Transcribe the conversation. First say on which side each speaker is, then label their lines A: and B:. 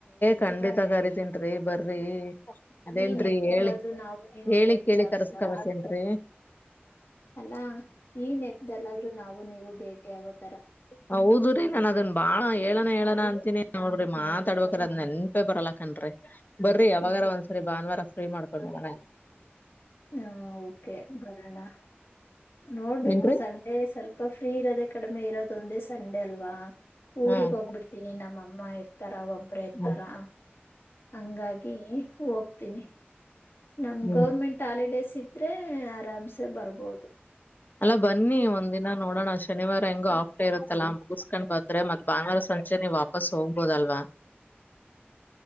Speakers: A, on the left (about 50°); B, on the left (about 70°).
A: ಖಂಡಿತಾಗ ಅರಿತೇನ್ರಿ ಬರ್ರಿ ಅದೇನ್ರಿ
B: ಈ ನೆಪದಲ್ಲಾದ್ರೂ
A: ಹೇಳಿ
B: ನಾವು ನೀವು
A: ಹೇಳಿ
B: ಭೇಟಿ
A: ಕೇಳಿ ಳಿ
B: ಆಗೋ
A: ಕರಸ್ಕರಕೇನ್
B: ತರ ಆಗ್ಲಿ
A: ರೀ
B: ಅಲ್ಲಾ ಈ ನೆಪ್ದಲ್ಲಾದ್ರೂ ನಾವು ನೀವು ಭೇಟಿಿಯಗುತ್ತೆ
A: ಹೌದು ರೀ ನಾನನ್ ಅದನ್ನು ಬಾಳ ಹೇಳಣ ಹೇಳಣ ಅಂತಿನನಿ ನೋಡ್ರಿ ಮಾತಾಡ್ಬೇಕ್ರ ಅ್ ನೆನ್ಪೆ ಬರಲಕನ್ ರೀ ಬರ್ರಿ ಯಾವಾಗಾರ
B: ಹ್ಮ್
A: ಒಂದ್ಸರಿ ಭಾನುವಾರ ಫ್ರೀ ಮಾಡ್ಕೊಂಡು ಮನ
B: ಹಾ ಓಕೆ ಬರೋಣ ನೋಡ್ಬೇಕು
A: ಏನ್ರಿ
B: ಸಂಡೇ ಸ್ವಲ್ಪ ಫ್ರೀ ಇರೋದೆ ಕಡಿಮೆ ಇರೋದ ಒಂದೇ ಸಂಡೇ ಅಲ್ವಾ ಊರಿಗ್
A: ಹ್ಮ್
B: ಹೋಗ್ಬಿಡ್ತೀನಿ ನಮ್ಮಮ್ಮ ಇರ್ತಾರ ಒಬ್ರ ಇರ್ತಾರಾ
A: ಹ್ಮ್
B: ಹಂಗಾಗಿ ಹೋಗ್ತೀನಿ ನಮ್
A: ಹ್ಮ್
B: ಗೌರ್ಮೆಂಟ್ ಹಾಲಿಡೇಸ್ ಇದ್ರೆ ಆರಾಮ್ಸೆ ಬರ್ಬೋದು
A: ಅಲ್ಲಾ ಬನ್ನಿ ಒಂದ್ ದಿನ ನೋಡೋಣ ಶನಿವಾರ ಹೆಂಗೋ ಆಫ್್ಟೇ ಇರುತ್ತಲ್ಲ ಮುಗಿಸಸ್ಕೊಂಡ್ ಬಂದ್ರೆ ಮತ್ ಬಾಂಗಾರ ಮುಂಚೆನೆ ವಾಪಸ್ ಹೋಗ್ಬೋದಲ್ವಾ